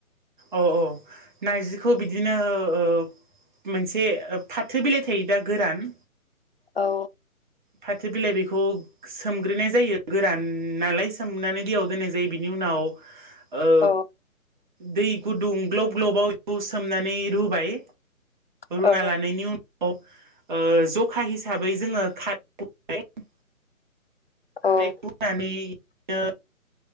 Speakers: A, on the right; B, on the left.
A: औ औ नारजिखौ बिदिनो ओ मोनसे फाथो बिलाइ थायो दा गोरान
B: औ।
A: फाथो बिलाइ बेखौ सोमग्रोनाय जायो गोरान नालाय सोमनानै दैयाव दोननाय जायो बिनि उनाव ओ
B: अ।
A: दै गुदुं ग्लब ग्लबाव सोमनानै रुबाय रुना
B: औ
A: लानायनि उनाव जखा हिसाबै जोङो <unintelligible>
B: औ
A: बियो